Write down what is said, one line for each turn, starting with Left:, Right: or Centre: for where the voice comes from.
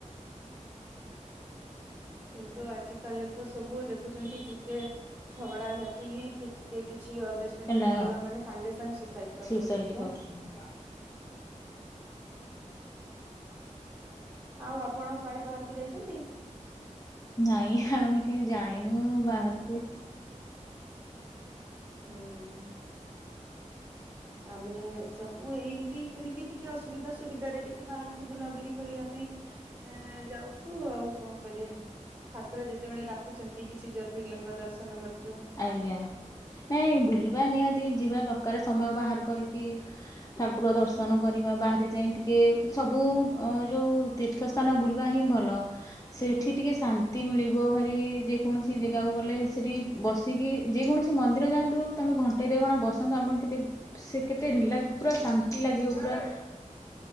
Right: କିନ୍ତୁ ଆଜ କାଲି ତ ସବୁ ଦେଖୁଛନ୍ତି ଟିକେ। ଝଗଡା ଝାଟିିକି ଟିକେ କିଛି ଅଣ୍ଡର
Left: ହେଲା
Right: ହେଇଗଲା ମାନେ ସାଙ୍ଗେ ସାଙ୍ଗେ ସୁଇ ସାଇଡ କରିଦଉଛନ୍ତି
Left: ସୁସାଇଡ କରୁଛନ୍ତି।
Right: ବା। ଆଉ ଆପଣ କୁଆଡେ ବାହାରକୁ ଯାଇଛନ୍ତି।
Left: ନାଇଁ ଆମେ କେହି ଯାଇନୁ ବାହାରକୁ।
Right: ହୁଁ। ଆମେ ସବୁ ଏମିତି କରିକି ଟିକେ ଅସୁବିଧା ସୁବିଧାରେ ଟିକେ ବାହାରକୁ ବୁଲାବୁଲି କରିବା ପାଇଁ। ଏ ଯାଉଛୁ ଆଉ କଣ କରିବେ ଠାକୁର ଯେତେବେଳେ ଡାକୁଛନ୍ତି କିଛି ଜ୍ୟୋତିର୍ଲିଙ୍ଗ ଦର୍ଶନ କରୁଛୁ
Left: ଆଜ୍ଞା ନାଇଁ ବୁଲିବା ନିହାତି ଯିବା ଦରକାର ସମୟ ବାହାର କରିକି ଠାକୁର ଦର୍ଶନ କରିବା ବାହାରେ ଯାଇ ଟିକେ ସବୁ ଯୋଉ ତୀର୍ଥସ୍ଥାନ ବୁଲିବା ହିଁ ଭଲ ସେଠି ଟିକେ ଶାନ୍ତି ମିଳିବ ଭାରି ଯେକୌଣସି ଜାଗାକୁ ଗଲେ ସେଠି ବସିକି ଯେକୌଣସି ମନ୍ଦିର ଯାଆନ୍ତୁ ତମେ ଘଣ୍ଟେ ଦି ଘଣ୍ଟା ବସନ୍ତୁ ଆପଣ କେତେ ସେ କେତେ ରିଲାକ୍ସ ପୁରା ଶାନ୍ତି ଲାଗିବ ପୁରା